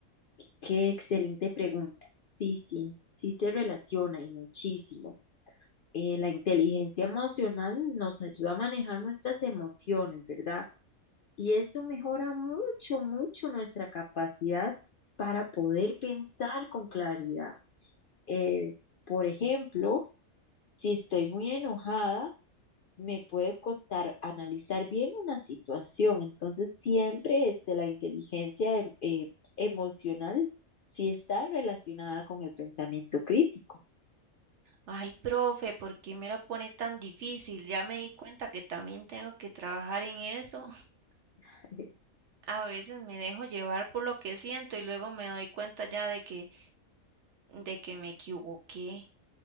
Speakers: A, on the left (about 60°); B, on the right (about 60°).
A: Qué excelente pregunta. Sí, sí, sí se relaciona y muchísimo. Eh, la inteligencia emocional nos ayuda a manejar nuestras emociones, ¿verdad? Y eso mejora mucho, mucho nuestra capacidad para poder pensar con claridad. Eh, por ejemplo, si estoy muy enojada, me puede costar analizar bien una situación. Entonces, siempre este, la inteligencia em- eh, emocional sí está relacionada con el pensamiento crítico.
B: Ay, profe, ¿por qué me la pone tan difícil? Ya me di cuenta que también tengo que trabajar en eso. <laughs>
A: <laughs>
B: A veces me dejo llevar por lo que siento y luego me doy cuenta ya de que, de que me equivoqué.